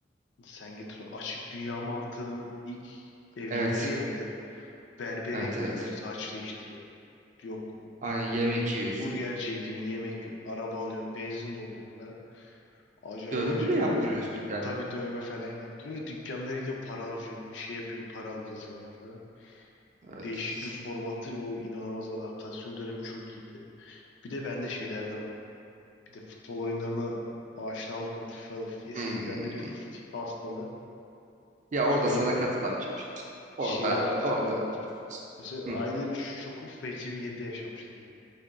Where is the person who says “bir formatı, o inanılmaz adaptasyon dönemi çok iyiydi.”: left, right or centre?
Left